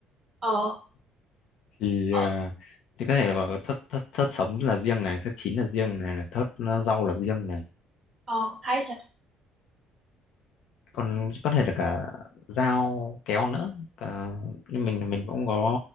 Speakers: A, on the right; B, on the left.
A: ờ
B: Thì
A: ờ
B: à, thì có thể là bảo thớt thớt thớt sống là riêng này, thớt chín là riêng này, là thớt rau là riêng này.
A: ờ hay thật
B: còn có thể là cả dao kéo nữa cả... nhưng mình mình cũng có